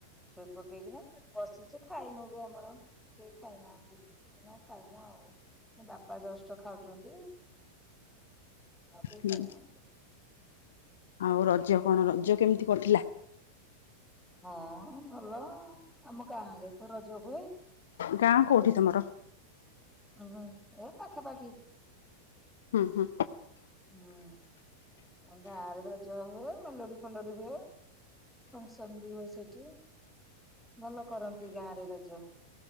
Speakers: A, in the centre; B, on the left (about 60°).
A: ଶୋଇ ପକେଇକିନା ବସିଛି ଖାଇନୁ ବି ଆମର କେଇ ଖାଇନାହାନ୍ତି। ଏଇନା ଖାଇ ମୁଁ ଆଉ ବାପା ଜଷ୍ଟ ଖାଉଛନ୍ତି। ଆଉ କେଇ
B: ହୁଁ
A: ଖାଇନାହାନ୍ତି।
B: ଆଉ ରଜ କଣ ରଜ କେମିତି କଟିଲା?
A: ହଁ ଭଲ ଆମ ଗାଁରେ ତ ରଜ ହୁଏ।
B: ଗାଁ କୋଉଠି ତମର?
A: ଉଁ ହୁଁ ଏ ପାଖା ପାଖି
B: ହୁଁ ହୁଁ
A: ହୁଁ। ଆ ଗାଁ ରେ ରଜ ହୁଏ ମେଲୋଡି ଫେଲୋଡି ହୁଏ। ଫଙ୍କସନ ବି ହୁଏ ସେଠି ଭଲ କରନ୍ତି ଗାଁ ରେ ରଜ।